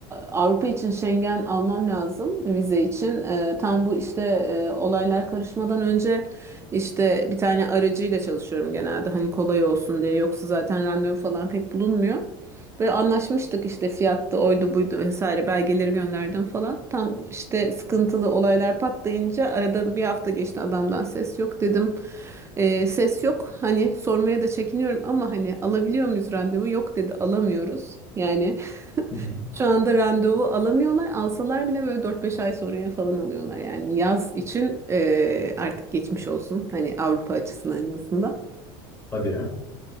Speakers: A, on the right (about 20°); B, on the left (about 25°).
A: Avrupa için Schengen almam lazım vize için. Ee, tam bu işte e, olaylar karışmadan önce işte bir tane aracıyla çalışıyorum genelde hani kolay olsun diye. Yoksa zaten randevu falan pek bulunmuyor. Böyle anlaşmıştık işte fiyattı oydu buydu vesaire belgeleri gönderdim falan. Tam işte sıkıntılı olaylar patlayınca arada bir hafta geçti adamdan ses yok dedim. Ee, ses yok hani sormaya da çekiniyorum ama hani alabiliyor muyuz randevu? Yok dedi alamıyoruz. Yani
B: Hı hı.
A: şu anda randevu alamıyorlar. Alsalar bile böyle dört beş ay sonraya falan alıyorlar. Yani yaz için eee, artık geçmiş olsun. Hani Avrupa açısından en azından.
B: Hadi ya.